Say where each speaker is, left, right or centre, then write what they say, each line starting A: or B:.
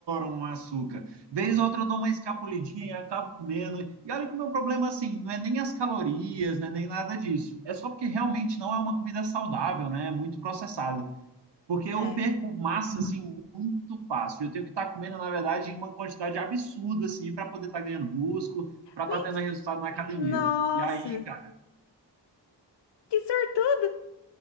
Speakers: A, on the right; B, on the left.
A: um açúcar. Vez ou outra eu dou uma escapulidinha e acabo comendo. E olha que o meu problema, assim, não é nem as calorias, né, nem nada disso. É só porque realmente não é uma comida saudável, né? É muito processada. porque eu
B: É.
A: perco massa assim muito fácil. Eu tenho que estar tá comendo, na verdade, em uma quantidade absurda assim para poder estar tá ganhando músculo, para estar
B: Ment-
A: tá tendo resultado na academia.
B: Nossa,
A: E aí, cara,
B: que sortudo!